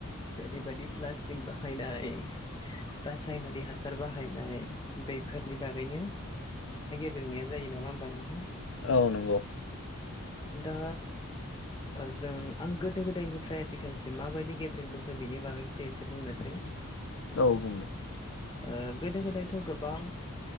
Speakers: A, on the left; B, on the left.
A: जेरैबायदि प्लास्टिक बाहायनाय रासायनारि हासार बाहायनाय बैफोरनि बागैनो जोंनाया जायो नंङा होमबा नोंथां?
B: औ नंगौ।
A: दा ओ जों आं गोदो गोदायनिफ्राय आथिखालसिम माबायदि गेब्रेंबोखो बिनि बागैसो एसे बुंनोसै।
B: औ बुं दे।
A: ओ गोदो गोदायथ' गोबां